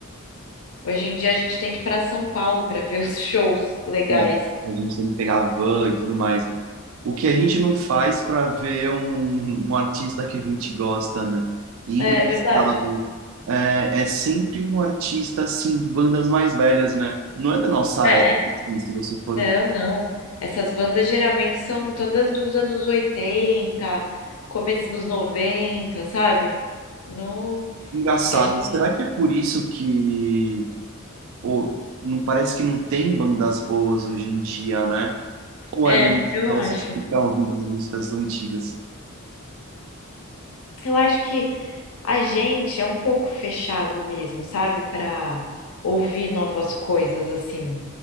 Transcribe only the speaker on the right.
É, a gente tem que pegar a van e tudo mais. o que a gente não faz para ver um, um artista que a gente gosta, né? E
engraçado,
é, é sempre um artista assim, de bandas mais velhas, né? Não é da nossa
época, assim, se você for
ver.
Engraçado,
será que é por isso que ou, não parece que não tem bandas boas hoje em dia, né? Ou
a gente
gosta
de ficar ouvindo as músicas antigas?